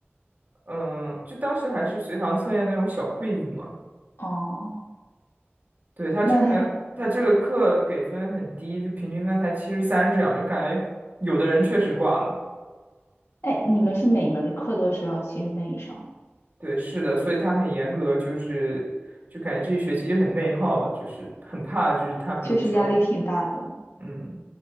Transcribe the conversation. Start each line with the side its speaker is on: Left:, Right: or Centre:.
Right: 嗯，就当时还是随堂测验那种小 quiz 嘛。
Left: 哦，
Right: 对，他这门他这个课给分很低，
Left: 那
Right: 就平均分才七十三这样，就感觉有的人确实挂了。
Left: <laughs> 哎，你们是每门课都是要七十分以上，
Right: 对，是的，所以他很严格，就是就感觉这一学期就很内耗，就是很怕，就是他比如说，
Left: 确实压力挺大的。
Right: 嗯，